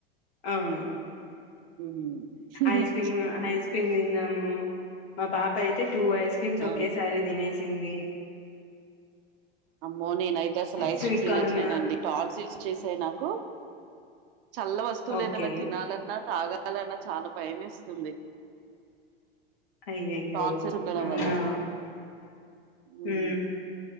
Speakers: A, on the left; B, on the right.
A: అవును
B: హ్మ్.
A: Ice cream ice. క్రీమ్ తిన్నాము మా పాప అయితే టూ ఐస్ క్రీమ్స్
B: ఆ!
A: ఒకేసారి తినేసింది.
B: అమ్మో నేనయితే అసలు ఐసెస్
A: స్వీట్
B: తిననట్లేనండి
A: కార్న్
B: టాన్సిల్స్. చేశాయి నాకు చల్ల వస్తువులు
A: ఓకే
B: ఏదన్నా తినాలన్నా తాగా. చాలన్నా చాలా భయమేస్తుంది.
A: అయ్యయ్యో
B: టాన్సిల్స్ ఉండడం
A: అవునా
B: వల్ల. హ్మ్.
A: ఉ.